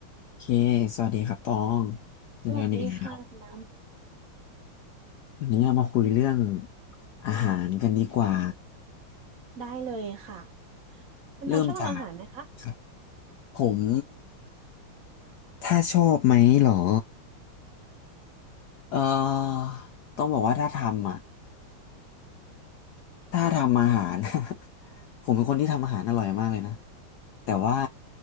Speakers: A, on the left; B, on the right.
A: โอเคสวัสดีครับตองเจอกันอีกแล้ว
B: สวัสดีค่ะคุณด
A: วันนี้เรามาคุยเรื่องอาหารกันดีกว่า
B: ำได้เลยค่ะคุณดำชอบทำอาหารไหมคะ
A: เริ่มจากครับผมถ้าชอบไหมเหรอเอ่อต้องบอกว่าถ้าทำอ่ะถ้าทำอาหาร <laughs> ผมเป็นคนที่ทำอาหารอร่อยมากเลยนะแต่ว่า